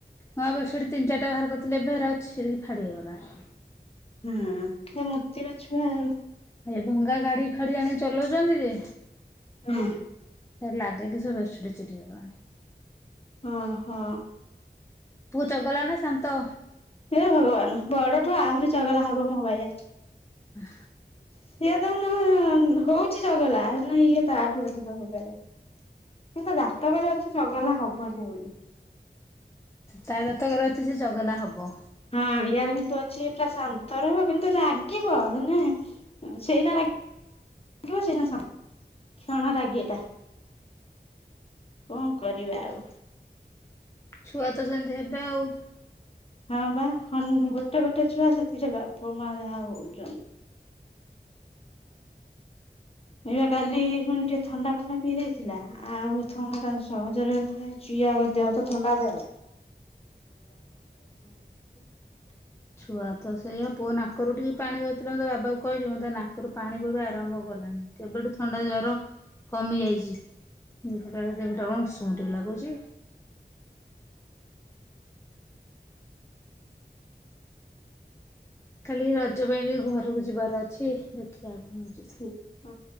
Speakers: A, on the left; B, on the left.
A: ହଁ ବେଡସିଟ ତିନ ଚାରିଟା ବାହାର କରିଥିଲି ଏବେ ହେରା ଛିଡିକି ଫାଡ଼ି ହେଇଗଲାଣି।
B: ହୁଁ ଏ ମୁତିବା ଛୁଆ ଆଉ।
A: ଏ ଭଙ୍ଗା ଗାଡି ଫାଡି ଆଣିକି ଚଲଉଛନ୍ତି ଯେ?
B: ହୁଁ।
A: ସେରା ଲାଗିକି ସବୁ ବେଡସିଡି ଚିରିଗଲାଣି।
B: ଅଁ ହଁ।
A: ପୁଅ ଚଗଲା ନା ଶାନ୍ତ।
B: ହେ ଭଗବାନ ବଡଠୁ ଆହୁରି ଚଗଲା ହବ ମୋ ବାଇୟା।
A: ହ।
B: ସିଏତ ହେନେ ହଉଛି ଚଗଲା ହେନେ ଇଏ ତାଠୁ ଅଧିକ ହେଇପାରେ। କିନ୍ତୁ ଜାତକରେ ଅଛି ଚଗଲା ହବନି ବୋଲି।
A: ତା ଜାତକରେ ଅଛି ସେ ଚଗଲା ହବ।
B: ହଁ ଇୟାର କିନ୍ତୁ ଅଛି ପୁରା ଶାନ୍ତର କିନ୍ତୁ ରାଗିବ ହେନେ ସେଇନା ରାଗ ଥିବ ସେଇନା ସାକ୍ଷଣ ରାଗିଟା। କଣ କରିବା ଆଉ?
A: ଛୁଆ ତ ସେନ୍ତି ହେବେ ଆଉ
B: ହଁ ବା ଗୋଟେ ଗୋଟେ ଛୁଆ ସେଥିରେ ବାପ ମା ଯାହା ହଉଛନ୍ତି। ଏଇବା କାଲି ପୁଣି ଟିକେ ଥଣ୍ଡା ଫଣ୍ଡା ପିଇ ଦେଇଥିଲା। ଆଉ ଥଣ୍ଡା ସହଜରେ ଚିଆଗ ଦେହ ତ ଥଣ୍ଡା ଦେହ <inaudible>
A: ଛୁଆ ତ ସେଇଆ ପୁଅ ନାକରୁ ଟିକେ ପାଣି ବୋହୁଥିଲା ମୁଁ ତା ବାବାକୁ କହିଲି ତା ନାକରୁ ପାଣି ବୋହିବା ଆରମ୍ଭ କଲାଣି କେବେଠୁ ଥଣ୍ଡା ଜ୍ବର କମିଯାଇଛି ଏବେ ତା ଦେହଟା କଣ ଉଶୁମୁ ଟିକେ ଲାଗୁଛି। କାଲି ରଜ ପାଇଁ ଟିକେ ଘରକୁ ଯିବାର ଅଛି ଦେଖିବା କଣ ହଉଛି?
B: ଓହୋ